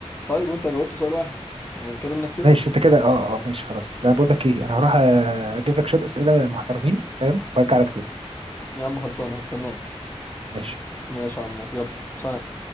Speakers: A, on the left; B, on the right.
A: طيب وانت جاوبت سؤال واحد يعني كده انك كسبت
B: ماشي أنت كده أه أه ماشي خلاص أنا بقول لك إيه أنا هروح أجيب لك شوية أسئلة محترمين فاهم وأرجع لك تاني
A: يا عم خلصان هستناك
B: ماشي
A: ماشي يا عمور يلا سلام